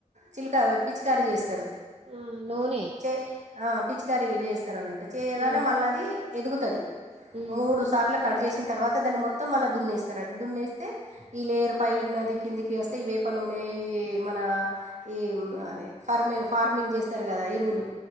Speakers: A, on the right (about 70°); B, on the right (about 55°).
A: చిలకా పిచ్చికారీ చేస్తారు
B: ఆ నూనె
A: చే ఆ పిచ్చికరీ చేస్తారున్నట్టు చేయగానే
B: ఆ
A: మళ్ళా అది ఎదుగుతది
B: ఉమ్
A: మూడు సార్లు కట్ చేసిన తర్వాత దాన్ని మొత్తం మళ్ళా దున్నేస్తారట దున్నేస్తే ఈ లేయర్ పై నది కిందికి వస్తే ఈ వేప నూనె ఈ మన ఏ అదే ఫార్మి ఫార్మింగ్ చేస్తారు కదా ఎరువులు